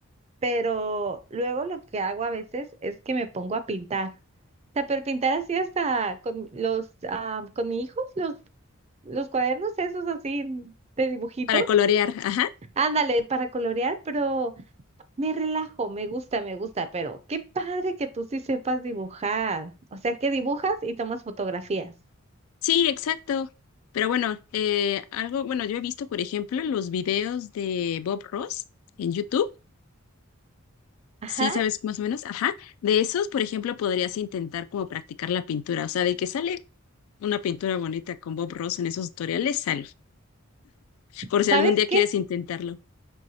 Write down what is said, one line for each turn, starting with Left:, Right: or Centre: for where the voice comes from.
Right: pero luego lo que hago a veces es que me pongo a pintar. O sea, pero pintar así hasta con los, ah, con mi hijo, los, los cuadernos esos así de dibujitos.
Left: Para colorear, ajá.
Right: Ándale, para colorear, pero me relajo, me gusta, me gusta, pero qué padre que tú sí sepas dibujar. O sea, que dibujas y tomas fotografías.
Left: Sí, exacto. Pero bueno, eh, algo, bueno, yo he visto, por ejemplo, los videos de Bob Ross en YouTube
Right: Ajá.
Left: Sí, sabes más o menos, ajá. De esos, por ejemplo, podrías intentar como practicar la pintura, o sea, de que sale una pintura bonita con Bob Ross en esos tutoriales, sale, por
Right: ¿Sabes
Left: si algún día quieres
Right: qué?
Left: intentarlo.